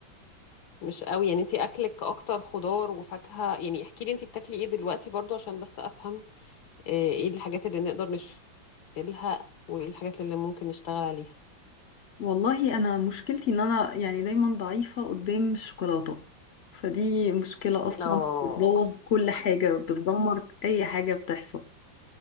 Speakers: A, on the left (about 75°); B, on the left (about 40°).
A: مش قوي يعني أنتي أكلك أكتر خضار وفاكهة يعني احكي لي أنتي بتاكلي إيه دلوقتي برضو عشان بس أفهم آه، إيه الحاجات اللي نقدر نشيلها وإيه الحاجات اللي ممكن نشتغل عليها
B: والله انا مشكلتي ان انا يعني دايما ضعيفة قدام الشوكولاتة فدي مشكلة اصلا
A: اه
B: بتبوظ كل حاجة بتدمر اي حاجة بتحصل